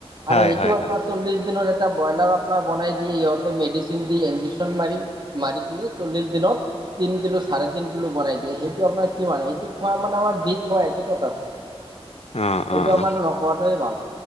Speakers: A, on the right; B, on the left.
A: আৰু
B: হয়
A: এইটো
B: হয়
A: আপোনাৰ
B: হয়
A: চল্লিশ দিনৰ এ এটা ব্ৰইলাৰ আপোনাৰ বনাই দিয়ে ইহঁতে মেডিচিন দি ইনজেকচন মাৰি, মাৰি কিনি চল্লিশ দিনত, তিন কিলো, চাৰে তিন কিলো বনাই দিয়ে, সেইটো আপোনাৰ কিমান, সেইটো খোৱা মানে আমাৰ বিষ খোৱা একে কথা হ'ল।
B: অ
A: সেইটো
B: অ
A: আমাৰ
B: অ
A: নোখোৱাটোৱে ভাল।